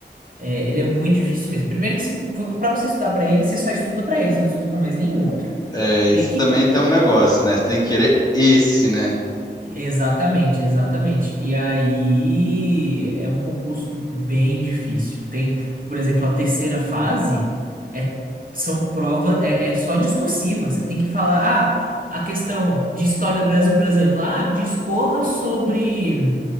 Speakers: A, on the right; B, on the left.
A: É, ele é muito difícil mesmo. Primeiro que se, vo- você estudar para ele, você só estuda para ele, você não estuda para mais nenhum outro.
B: É,
A: Que,
B: isso
A: que
B: também tem um negócio, né? Você tem que querer esse, né?
A: Exatamente, exatamente. E aí é um concurso bem difícil. Tem, por exemplo, a terceira fase é são provas é, é só discursiva. Você tem que falar, ah, a questão de história do Brasil, por exemplo, ah, discorra sobre